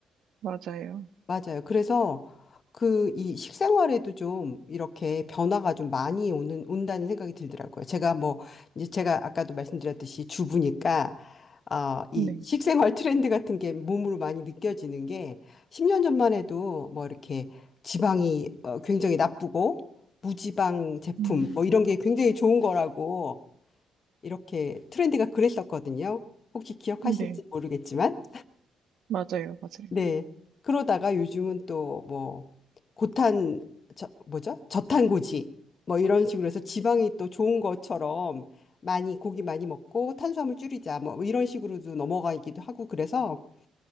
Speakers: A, on the right (about 60°); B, on the left (about 35°).
A: 맞아요.
B: 맞아요. 그래서 그 이 식생활에도 좀 이렇게 변화가 좀 많이 오는 온다는 생각이 들더라고요. 제가 뭐 이제 제가 아까도 말씀드렸듯이 주부니까 어 이
A: 네.
B: 식생활 트렌드 같은 게 몸으로 많이 느껴지는 게 10년 전만 해도 뭐 이렇게 지방이 어, 굉장히 나쁘고 무지방 제품
A: 음,
B: 뭐 이런 게 굉장히 좋은 거라고 이렇게 트렌드가 그랬었거든요. 혹시 기억하실지
A: 네,
B: 모르겠지만
A: 맞아요, 맞아요.
B: 네. 그러다가 요즘은 또 뭐 고탄 저, 뭐죠? 저탄고지 뭐 이런 식으로 해서 지방이 또 좋은 것처럼 많이 고기 많이 먹고 탄수화물 줄이자 뭐 이런 식으로도 넘어가기도 하고 그래서